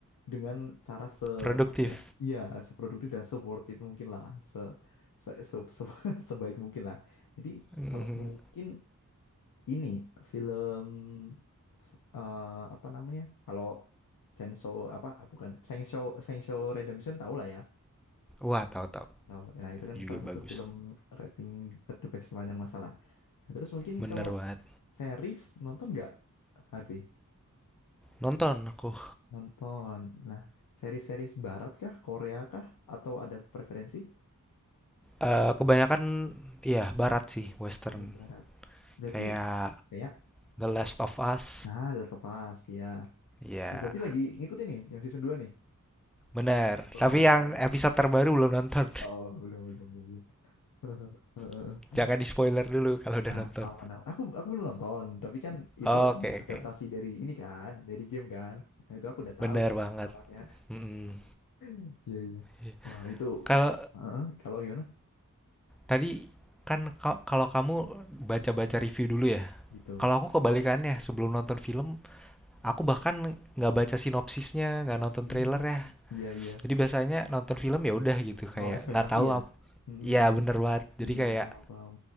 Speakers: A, on the left (about 80°); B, in the centre.
A: dengan cara se
B: produktif.
A: apa ya? Iya, seproduktif dan se worth it mungkin lah, se, se, se- se- <laughs> sebaik mungkin lah. Jadi
B: Mhm.
A: kalau mungkin ini film s- eh, apa namanya? Kalau Chainsaw apa ah, bukan Chainsaw Chainsaw Redemption tahu lah ya.
B: Wah, tahu tahu,
A: Tahu. Nah, itu kan
B: juga
A: salah satu
B: bagus.
A: film rating ter the best sepanjang masalah. Nah, terus mungkin
B: Bener
A: kalau
B: banget.
A: series nonton nggak Harvey?
B: Nonton aku,
A: Nonton. Nah, series-series barat kah, Korea kah atau ada preferensi?
B: eee, kebanyakan iya barat sih, western.
A: Oh, Barat. Berarti
B: Kayak
A: kayak
B: The Last of Us,
A: ah Last of Us ya.
B: Ya
A: Oh, berarti lagi ngikutin nih yang season 2 nih.
B: bener,
A: Waduh.
B: tapi yang episode terbaru belum nonton.
A: Oh, belum belum belum. <laughs>
B: <laughs> Jangan di-spoiler dulu kalau udah
A: Nah,
B: nonton.
A: awan awan. Aku aku belum nonton, tapi kan itu
B: Oke oke,
A: adaptasi dari ini kan, dari game kan. Nah, itu aku udah
B: bener
A: tahu sih
B: banget,
A: tamatnya.
B: mhm.
A: <laughs> Iya iya.
B: Iya.
A: Wah itu
B: Kalau
A: Heeh, kalau gimana?
B: tadi kan ka kalau kamu baca-baca review dulu ya?
A: Gitu.
B: Kalau aku kebalikannya, sebelum nonton film Aku bahkan nggak baca sinopsisnya, nggak nonton
A: Hmm,
B: trailer ya.
A: iya iya.
B: Jadi biasanya nonton film ya udah gitu kayak
A: Nol ekspektasi
B: nggak tahu
A: ya.
B: apa.
A: Hmm, hmm,
B: Ya
A: hmm.
B: bener banget.
A: Hmm,
B: Jadi kayak
A: paham paham.